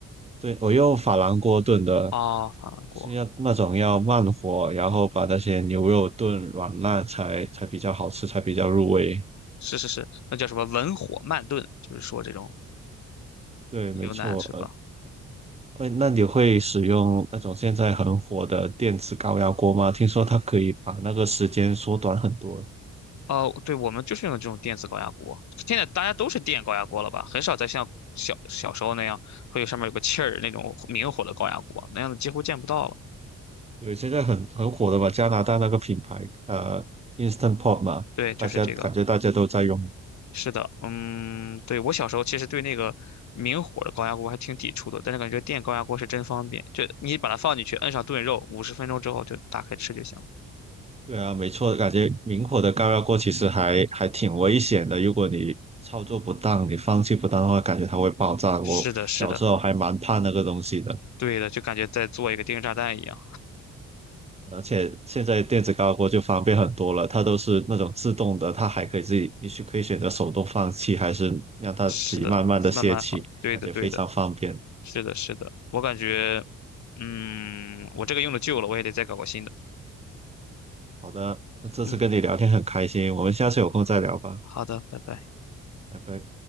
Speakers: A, on the right; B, on the left.
A: 对，我用珐琅锅炖的，
B: 哦，法兰锅，
A: 是要那种要慢火，然后把那些牛肉炖软烂才才比较好吃，才比较入味。
B: 是是是，那叫什么文火慢炖，就是说这种
A: 对，
B: 牛腩是吧？
A: 没错。呃，呃，那你会使用那种现在很火的电子高压锅吗？听说它可以把那个时间缩短很多。
B: 哦，对，我们就是用的这种电子高压锅。现在大家都是电高压锅了吧？很少再像小小时候那样会有上面有个气儿那种明火的高压锅，那样的几乎见不到了。
A: 对，现在很很火的吧？加拿大那个品牌，呃，Instant Pot 嘛，
B: 对，就是这个。
A: 大家感觉大家都在用。
B: 是的，嗯，对，我小时候其实对那个明火的高压锅还挺抵触的，但是感觉电高压锅是真方便，就你把它放进去，摁上炖肉，五十分钟之后就打开吃就行了。
A: 对啊，没错，感觉明火的高压锅其实还还挺危险的。如果你操作不当，你放气不当的话，感觉它会爆炸。
B: 是的，
A: 我小时候还蛮怕那个东西的，
B: 是的，对的，就感觉在做一个定时炸弹一样。
A: 而且现在电子高压锅就方便很多了，它都是那种自动的，它还可以自己，你是可以选择手动放气，还是让它自己慢慢的泄气，
B: 是的，慢慢放，对的，
A: 感觉非常方便。
B: 对的。是的，是的，我感觉，嗯，我这个用的旧了，我也得再搞个新的。
A: 好的，那这次跟你聊天很开心，
B: 嗯，
A: 我们下次有空再聊吧，
B: 好的，拜拜。
A: 拜拜。